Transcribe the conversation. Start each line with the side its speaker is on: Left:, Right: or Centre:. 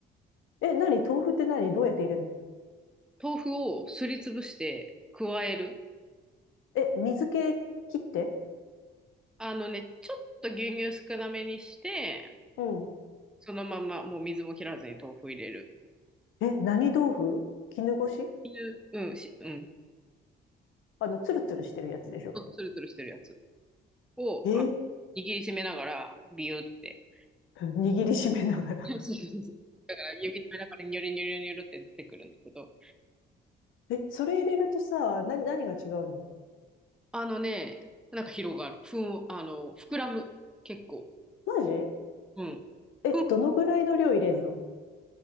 Left: え、何豆腐って何どうやって入れるの
Centre: 豆腐をすりつぶして加える。
Left: え、水気切って
Centre: あのね、ちょっと牛乳少なめにして、
Left: うん。
Centre: そのままもう水も切らずに豆腐入れる。
Left: え、何豆腐絹ごし
Centre: いううん、し、うん。
Left: あの、ツルツルしてるやつでしょ
Centre: つるつるしてるやつを、
Left: え
Centre: あ、握りしめながら、ビューって。
Left: 握りしめながら
Centre: そうそうそうだから指の間からニョロニョロニョロって出てくるんだけど、
Left: え、それ入れるとさ、な、何が違うの
Centre: あのね、なんか広がる。ふん、あの、膨らむ。結構。
Left: マジ
Centre: うん。
Left: え、
Centre: ふ
Left: どのぐらいの量入れんの